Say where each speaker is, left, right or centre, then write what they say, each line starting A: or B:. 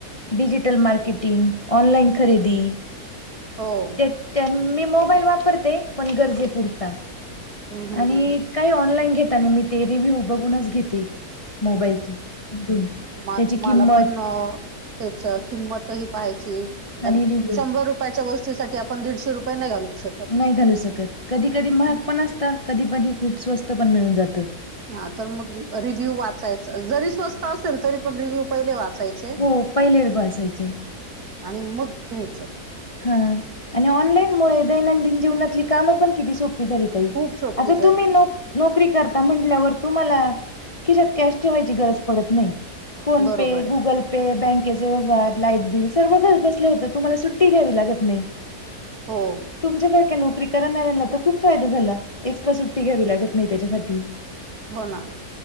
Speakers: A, on the left (about 30°); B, on the right (about 75°).
A: डिजिटल मार्केटिंग ऑनलाईन खरेदी
B: हो.
A: त्यानं मी मोबाईल वापरते पण गरजेपुरता
B: हं, हं,
A: आणि
B: हं, हं.
A: काही ऑनलाईन घेता नी मी ते रिव्ह्यू बघूनच घेते मोबाईलचे मधून
B: म
A: त्याची
B: मला
A: किंमत
B: पण अ त्याच किंमत ही पाहायची कारण
A: आणि रिव्ह्यू
B: शंभर रुप च्या गोष्टीसाठी आपण दीडशे रुपये नाही घालवू शकत.
A: नाही घालू शकत कधी कधी महाग
B: हम्म.
A: पण असत कधी कधी खूप स्वस्त पण मिळून जात.
B: हा तर मग रिव्ह्यू वाचायचा जरी स्वस् स्त असेल तरी पण रिव्ह्यू पहिले वाचायचे
A: हो पहिले बसायचे
B: आणि मग घयचो.
A: हा आणि ऑनलाईन मु दैनंदिन जीवनातली कामं पण किती सोपी झाली.
B: खूप सोपी
A: आता
B: झाली
A: तुम्ही नोक नोकरी करता म्हटल्यावर तुम्हाला खिशत कॅश ठेवायची गरज पडत नाही. फोन
B: बरोबर
A: पे.
B: आहे
A: गुगल पे. बँकेचे व्यवहार. लाईट बिल सर्व घर बसले होतं तुम्हाला सुट सुट्टी घ्यावी लागत नाही.
B: हो.
A: तुमच्यासारख्या नोकरी करणाऱ्यांना तर खूप फायदा झाला. एक्स्ट्रा सुट्टी घ्यावी लागत नाही त्याच्यासाठी
B: हो ना.